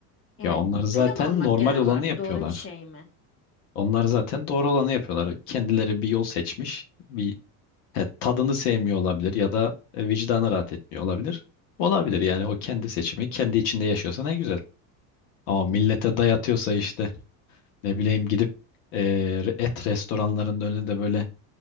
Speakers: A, on the left (about 25°); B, on the left (about 75°).
A: Yani
B: Ya onlar zaten
A: vegan olmak
B: normal
A: genel
B: olanı
A: olarak
B: yapıyorlar.
A: doğru bir şey mi?
B: Onlar zaten doğru olanı yapıyorlar. Kendileri bir yol seçmiş. Bir he, tadını sevmiyor olabilir ya da e, vicdanı rahat etmiyor olabilir. Olabilir yani o kendi seçimi kendi içinde yaşıyorsa ne güzel. Ama millete dayatıyorsa işte Ne bileyim gidip e, et restoranlarının önünde böyle